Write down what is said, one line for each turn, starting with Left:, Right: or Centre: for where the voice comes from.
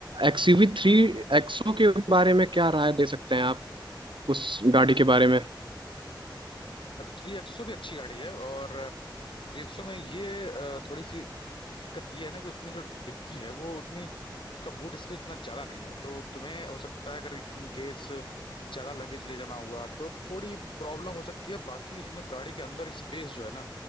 Right: एक्सयूवी थ्री एक्सो के बारे में क्या राय दे सकते हैं आप उस गाड़ी के बारे में
Left: थ्री एक्सो भी अच्छी गाड़ी है और थ्री एक्सो में ये अ, थोड़ी सी दिक्कत ये है ना कि उसमें जो डिग्गी है वो उतनी उसका बूट स्पेस उतना ज्यादा नहीं है तो तुम्हें हो सकता है अगर इन केस ज्यादा लगेज ले जाना हुआ तो थोड़ी प्रॉब्लम हो सकती है बाकी उसमें गाड़ी के अंदर स्पेस जो है ना